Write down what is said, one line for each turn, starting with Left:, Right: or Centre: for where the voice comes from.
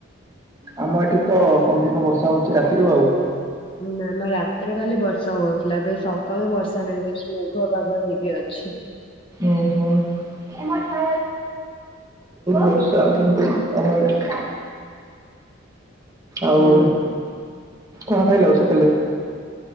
Right: ଆମ ଏଠି ତ କଣ୍ଟିନ୍ୟୁ ବର୍ଷା ହଉଚି ରାତିରୁ ଆଉ।
Left: ହୁଁ ନା ମ ରାତିରେ କାଲି ବର୍ଷା ହଉଥିଲା ଏବେ ସକାଳୁ ବର୍ଷା ନାହିଁ ଜଷ୍ଟ ମେଘୁଆ ପାଗ ହେଇକି ଅଛି। ହ <inaudible>
Right: ଓ ହ। ବହୁତ ବର୍ଷା କିନ୍ତୁ ଆମର ଏଠି। ଆଉ
Left: ହୁଁ
Right: କଣ ଖାଇଲ ସକାଲେ?